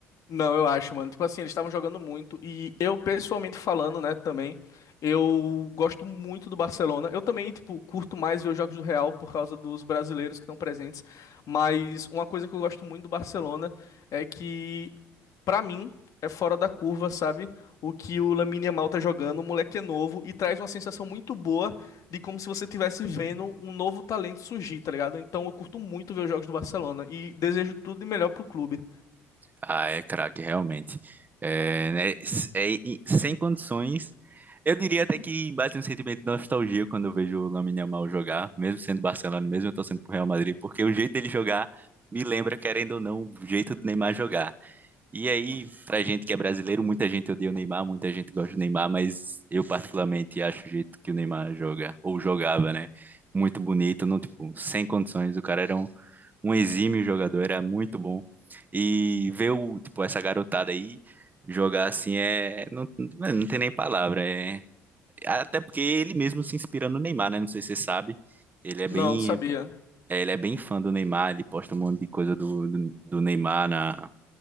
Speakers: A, on the left (about 60°); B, on the right (about 25°).
A: Não, eu acho, mano. Tipo assim, eles estavam jogando muito e eu pessoalmente falando, né, também, eu gosto muito do Barcelona. Eu também, tipo, curto mais ver os jogos do Real por causa dos brasileiros que estão presentes, mas uma coisa que eu gosto muito do Barcelona é que pra mim, é fora da curva, sabe? O que o Lamine Yamal tá jogando, o moleque é novo e traz uma sensação muito boa de como se você estivesse vendo um novo talento surgir, tá ligado? Então eu curto muito ver os jogos do Barcelona e desejo tudo de melhor pro clube.
B: Ah, é craque, realmente. É, né, s- é, e sem condições. Eu diria até que bate um sentimento de nostalgia quando eu vejo o Lamine Yamal jogar, mesmo sendo Barcelona, mesmo eu torcendo pro Real Madrid, porque o jeito dele jogar me lembra, querendo ou não, o jeito do Neymar jogar. E aí, pra gente que é brasileiro, muita gente odeia o Neymar, muita gente gosta do Neymar, mas eu particularmente acho o jeito que o Neymar joga, ou jogava, né? Muito bonito, não, tipo, sem condições. O cara era um um exímio jogador, era muito bom. E ver o, tipo, essa garotada aí jogar assim é. Não, é, não tem nem palavra. É... Até porque ele mesmo se inspira no Neymar, né? Não sei se você sabe. Ele é bem.
A: Não, não sabia.
B: é, ele é bem fã do Neymar, ele posta um monte de coisa do, do, do Neymar na,